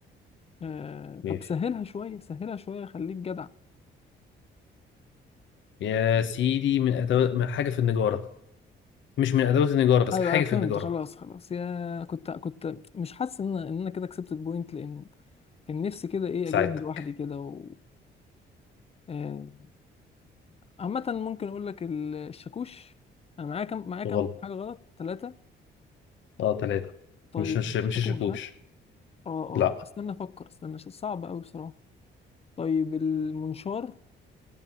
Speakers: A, on the left; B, on the left.
A: آه
B: ماشي
A: طب سهلها شويه سهلها شويه خليك جدع
B: يا سيدي من أدوات من حاجة في النجارة مش من أدوات النجارة بس
A: ايوه
B: حاجة
A: ايوه فهمت
B: في النجارة
A: خلاص خلاص يا كنت كنت مش حاسس ان انا ان انا كده كسبت البوينت لان كان نفسي كده ايه
B: ساعدتك
A: اجيبها لوحدي كده و... آه، عامة ممكن أقول لك ال- الشاكوش أنا معايا كام معايا كام
B: غلط
A: حاجة غلط ثلاثة
B: اه تلاتة
A: طيب
B: مش مش
A: الشاكوش
B: مش الشاكوش
A: ها اه
B: لا
A: اه استنى أفكر استنى ش- صعب أوي بصراحة طيب المنشار